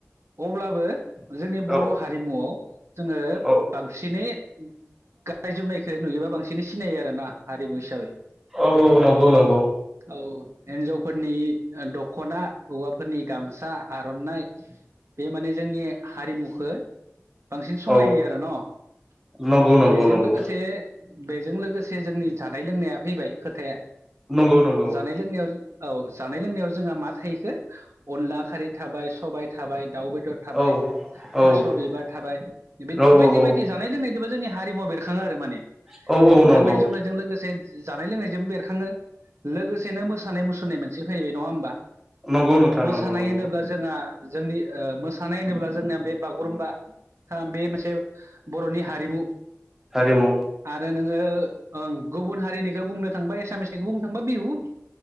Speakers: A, on the right; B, in the centre.
A: अब्लाबो जोंनि बर'
B: औ
A: हारिमुआव जोङो
B: औ
A: बांसिनै गाननाय जोमनायखौ नुयोबा बांसिनै सिनायो आरो ना हारिमु हिसाबै।
B: औ - औ नगौ नंगौ।
A: औ हिन्जावफोरनि दख'ना हौवाफोरनि गामसा, आर'नाइ। बे माने जोंनि हारिमुखौ बांसिन समाय
B: औ
A: आरो न'
B: नंगौ नंगौ
A: बेजों
B: नंगौ
A: लोगोसे बेजों लोगोसे जोंनि जानाय लोंनाया फैबाय खोथाया
B: नंगौ नंगौ।
A: जानाय लोंनायाव औ जानाय - लोंनायाव जोंहा मा थाहैखो अनला खारै थाबाय सबाय थाबाय दाउ बेदर थाबाय
B: औ
A: थास'
B: औ
A: बिबार थाबाय बेबायदि
B: औ
A: बायदि बायदि
B: औ
A: जानाय लोंनायजोंबो जोंनि हारिमुवा बेरखाङो आरो माने
B: औ नंगौ नंगौ
A: गाननाय जोमनायजों लोगोसे जानाय लोंनायजोंबो बेरखाङो लोगोसेनो मोसानाय मुसुरनाय मोनसे फैबाय नङा होमबा?
B: नंगौ नोंथां
A: मोसानाय
B: नंगौ नंगौ
A: होनोब्ला जोंहा जोंनि मोसानाय होनोब्ला जोंनिया बे बागुरुम्बा बे मोनसे बर'नि हारिमु।
B: हारिमु
A: आरो नोङो ओं गुबुन हारिनिखौ बुंनो थांबा एसामिसनिखौ बुं बिहु